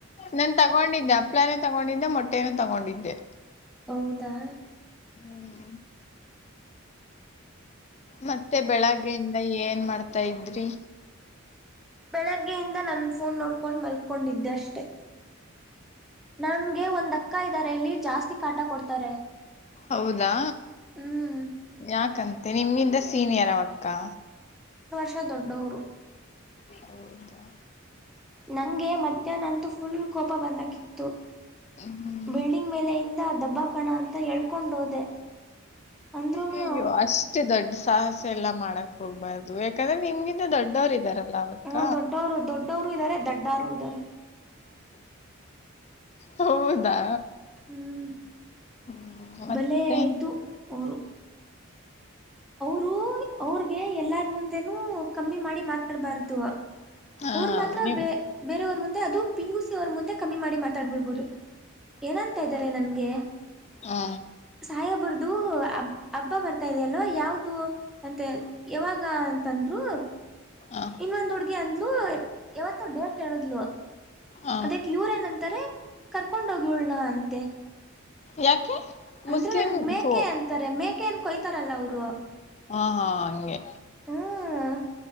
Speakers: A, on the left; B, in the centre.
A: ನನ್ ತಗೊಂಡಿದ್ದೆ ಹಪ್ಳಾನೇ ತಗೊಂಡಿದ್ದೆ ಮೊಟ್ಟೆನು ತಗೊಂಡಿದ್ದೆ
B: ಹೌದಾ
A: ಹ್ಮ್ ಮತ್ತೆ ಬೆಳಗ್ಗೆಯಿಂದ ಏನ್ ಮಾಡ್ತಾ ಇದ್ರಿ
B: ಬೆಳಗ್ಗೆಯಿಂದ ನನ್ ಫೋನ್ ನೋಡ್ಕೊಂಡು ಮಲ್ಕೊಂಡಿದ್ದೆ ಅಷ್ಟೆ ನನ್ಗೆ ಒಂದ್ ಅಕ್ಕ ಇದ್ದಾರೆ ಇಲ್ಲಿ ಜಾಸ್ತಿ ಕಾಟ ಕೊಡ್ತಾರೆ
A: ಹೌದಾ
B: ಹ್ಮ್
A: ಯಾಕಂತೆ ನಿಮಿಂದ ಸೀನಿಯರ ಅವಕ್ಕ ಕ್ಕಾ
B: ಷ ದೊಡ್ಡವರು
A: ಹೌದ
B: ನಂಗೆ ಮಧ್ಯಾಹ್ನ ಅಂತೂ ಫುಲ್ ಕೋಪ ಬಂದಕಿತ್ತು
A: ಹ್ಮ್
B: ಬಿಲ್ಡಿಂಗ್ ಮೇಲೆ ಇಂದ ದಬ್ಬಾಕಣ ಅಂತ ಹೇಳ್ಕೊಂಡೋದೆ ಅಂದ್ರುನು
A: ಅಯ್ಯಯ್ಯೋ ಅಷ್ಟು ದೊಡ್ಡ ಸಾಹಸ ಎಲ್ಲಾ ಮಾಡಕ್ ಹೋಗ್ಬಾರ್ದು ಯಾಕಂದ್ರೆ ನಿಮ್ ಗಿಂತ ದೊಡ್ಡವರಿದಾರಲ್ಲ ಅವಕ್ಕ
B: ಹ್ಮ ದೊಡ್ಡವರು ದೊಡ್ಡವರು ಇದ್ದಾರೆ ದಡ್ಡರು ಇದ್ದಾರೆ
A: ಹೌದಾ
B: ಹ್ಮ್
A: ಹ್ಮ್ ಮತ್ತೆ
B: ಬಲೆ ಇದು ಅವರು ಅವರು ಅವ್ರಗೆ ಎಲ್ಲಾರ್ ಮುಂದೆನೂ ಕಮ್ಮಿ ಮಾಡಿ ಮಾತಾಡ್ಬಾರ್ದು
A: ಹಾ
B: ಅವರು ಮಾತ್ರ
A: ನೀವು
B: ಬೆ ಬೇರೆಯವ್ರ ಮುಂದೆ ಅದು ಪಿ ಯು ಸಿ ಅವರ್ ಮುಂದೆ ಕಮ್ಮಿ ಮಾಡಿ ಮಾತಾಡ್ಬಿಬಹುದು ಏನಂತ ಇದ್ದಾರೆ ನನ್ಗೆ
A: ಹಾ
B: ಸಾಹೇಬ್ರುದು ಹ ಹಬ್ಬ ಬರ್ತಾ ಇದೆಯಲ್ವ ಯಾವ್ ದು ಅಂತ ಯಾವಾಗ ಅಂತಂದ್ರು
A: ಹ
B: ಇನ್ನೊಂದ್ ಹುಡ್ಗಿ ಅಂದ್ಲು ಯಾವತ್ತು ಡೇಟ್ ಹೇಳಿದ್ಲು
A: ಹ
B: ಅದಕ್ ಇವ್ರ ಏನಂತಾರೆ ಕರ್ಕೊಂಡೋಗ್ ಇವ್ಳನ್ನ ಅಂತರೆ
A: ಯಾಕೆ
B: ಅಂದ್ರೆ
A: ಮುಸ್ಲಿಂ
B: ನನ್ಗ್ ಮೇಕೆ
A: ಥೋ
B: ಅಂತಾರೆ ಮೇಕೆ ಏನ್ ಕೊಯ್ತಾರಲ್ಲ ಅವರು
A: ಹಾ ಹಾ ಹಂಗೆ
B: ಹ್ಮ್